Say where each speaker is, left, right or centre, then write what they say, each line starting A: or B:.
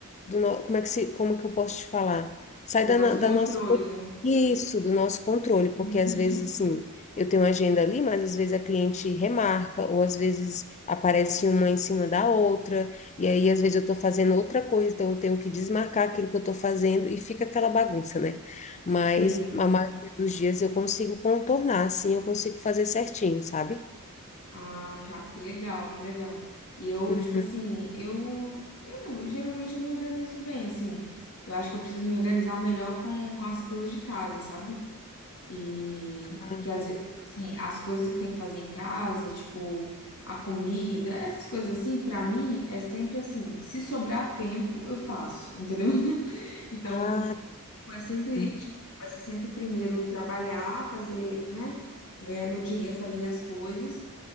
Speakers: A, on the left; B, on the left.
A: do no- como é que se, como é que eu posso te falar? Sai
B: Do
A: da,
B: nosso
A: no-
B: controle,
A: da nossa roti-
B: né?
A: isso, do nosso controle, porque
B: Uhum,
A: às vezes assim, eu tenho uma agenda ali, mas às vezes a cliente remarca, ou às vezes aparece uma em cima da outra, e aí às vezes eu estou fazendo outra coisa, então eu tenho que desmarcar aquilo que eu estou fazendo e fica aquela bagunça, né? Mas
B: sim.
A: a maioria dos dias eu consigo contornar, assim, eu consigo fazer certinho, sabe?
B: Ah, cara, que legal, que legal. E eu,
A: Uhum.
B: tipo assim, eu, eu geralmente eu me organizo bem, assim. Eu acho que eu preciso me organizar melhor com, com as coisas de casa, sabe? E
A: Ah,
B: que às
A: tá.
B: vezes, assim, as coisas que tem que fazer em casa, tipo, a comida, essas coisas assim, pra mim é sempre assim, se sobrar tempo, eu faço, entendeu? <laughs> Então,
A: Ah,
B: é sempre,
A: uhum.
B: tipo, vai ser sempre primeiro trabalhar, fazer, né? Ganhar meu dinheiro, fazer minhas coisas.